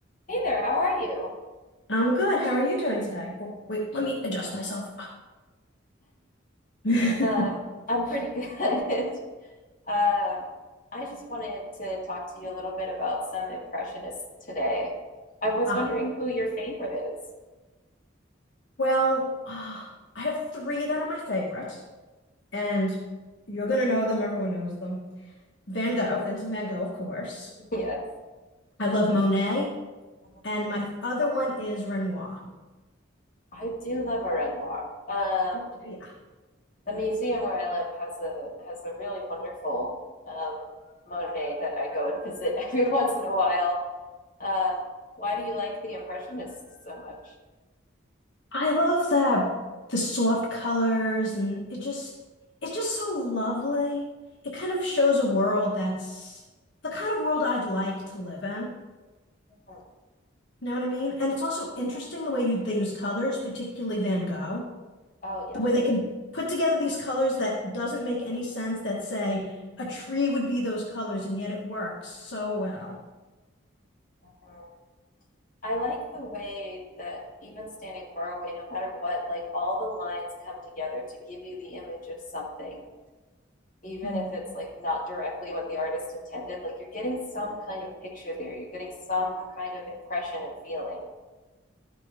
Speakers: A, on the left; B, on the left.
A: Hey there, how are you?
B: I'm good. How are you doing today? Oh, wait, let me adjust myself. Okay.
A: Um,
B: <laughs>
A: I'm pretty good. <laughs> Um, I just wanted to talk to you a little bit about some impressionists today. I was
B: Ah,
A: wondering who your favorite is.
B: well, ah, I have three that are my favorite, and you're gonna know them. Everyone knows them. Van Gogh, Vincent Van Gogh, of course.
A: <laughs> Yes.
B: I love Monet,
A: Mhm.
B: and my other one is Renoir.
A: I do love a Renoir. Um,
B: Oh, do ya?
A: the museum where I live has a has a really wonderful um, Monet that I go and visit <laughs> every once in a while. Um, why do you like the Impressionists so much?
B: I love the the soft colors, and it just it's just so lovely. It kind of shows a world that's the kind of world I'd like to live in.
A: Mhm.
B: Know what I mean? And it's also interesting the way you they use colors, particularly Van Gogh,
A: Oh, yes.
B: the way they can put together these colors that doesn't make any sense that say a tree would be those colors, and yet it works so well.
A: Mm-hmm. I like the way that even standing far away, no matter what, like all the lines come together to give you the image of something, even
B: Hmm.
A: if it's like not directly what the artist intended. Like you're getting some kind of picture there, you're getting some kind of impression and feeling.